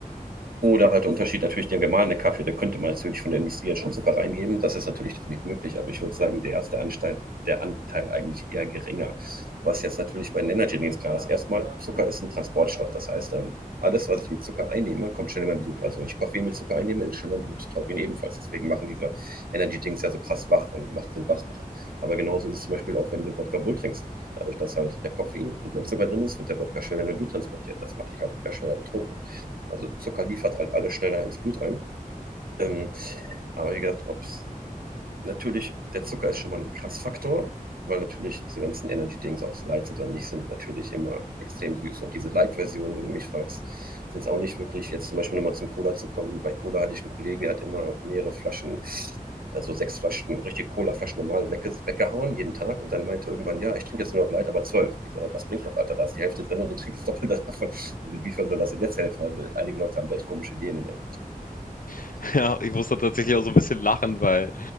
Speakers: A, on the right (about 75°); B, on the left (about 70°).
A: oder halt der Unterschied natürlich der gemahlene Kaffee, da könnte man natürlich von der Industrie jetzt schon Zucker reingeben. Das ist natürlich definitiv möglich, aber ich würde sagen, der ist der Anteil, der Anteil eigentlich eher geringer. Was jetzt natürlich bei den Energy Drinks klar ist, erstmal, Zucker ist ein Transportstoff. Das heißt, ähm, alles, was ich mit Zucker einnehme, kommt schnell in mein Blut. Also wenn ich Koffein mit Zucker einnehme, ist schnell im Blut. Taurin ebenfalls. Deswegen machen diese Energy Drinks ja so krass wach und sind Wachmacher. Aber genauso ist es zum Beispiel auch, wenn du Wodka Bull trinkst. Dadurch, dass halt der Koffein und der Zucker drin ist, wird der Wodka schnell in dein Blut transportiert. Das macht dich halt auch wieder schneller betrunken. Also Zucker liefert halt alles schneller ins Blut rein. Ähm, aber wie gesagt, ob es natürlich, der Zucker ist schon mal ein Krassfaktor, weil natürlich diese ganzen Energy-Dings, ob sie light sind oder nicht, sind natürlich immer extrem süß. Und diese Light-Version, wenn du mich fragst, sind es auch nicht wirklich, jetzt zum Beispiel nochmal zum Cola zu kommen. Bei Cola hatte ich einen Kollegen, der hat immer mehrere Flaschen, also sechs Flaschen, richtige Cola-Flaschen normal wegge weggehauen jeden Tag. Und dann meinte irgendwann, ja, ich trinke jetzt nur noch Light, aber zwölf. Ich sage, was bringt das, Alter? Da ist die Hälfte drin und du trinkst das Doppelte <laughs> davon. Und inwiefern soll das denn jetzt helfen? Also einige Leute haben da echt komische Ideen in der
B: <laughs> Ja, ich musste tatsächlich auch so ein bisschen lachen, weil,